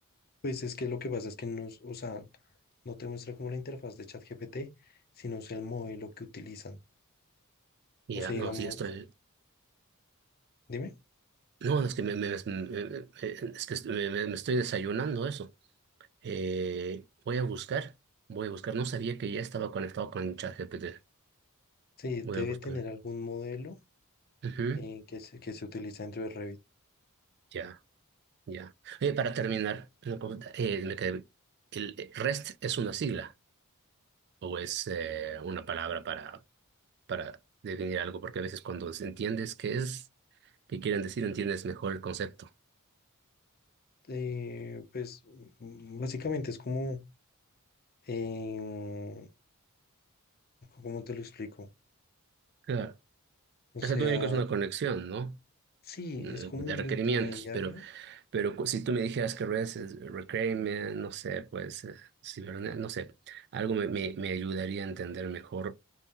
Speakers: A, on the left; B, on the right.
A: Pues es que lo que pasa es que nos, o sea, no te muestra como la interfaz de ChatGPT, sino es el modelo que utilizan.
B: Y
A: O
B: ya,
A: sea,
B: no,
A: digamos,
B: sí, estoy.
A: dime,
B: No, es que me, me- me- me- eh, es que est- me- me- me estoy desayunando eso. Eh, voy a buscar, voy a buscar. No sabía que ya estaba conectado con ChatGPT.
A: sí, debe
B: Voy a buscar.
A: tener algún modelo
B: Ujú,
A: eh, que se, que se utiliza dentro de Revit.
B: Ya, ya. Oye, para terminar, una pregunta. eh, me quedé- ¿El eh, REST es una sigla o es eh, una palabra para para definir algo, porque a veces cuando entiendes qué es, qué quieren decir, entiendes mejor el concepto.
A: Eh, pues mm, básicamente es como, eh, ¿cómo te lo explico?
B: Claro.
A: O sea,
B: O sea, tú me es una conexión, ¿no?
A: sí,
B: Eh,
A: es como
B: De
A: el
B: requerimientos,
A: intermediario.
B: pero, pero cu- si tú me dijeras que REST es requirement, no sé, pues, eh, cibernet- no sé, algo me, me, me ayudaría a entender mejor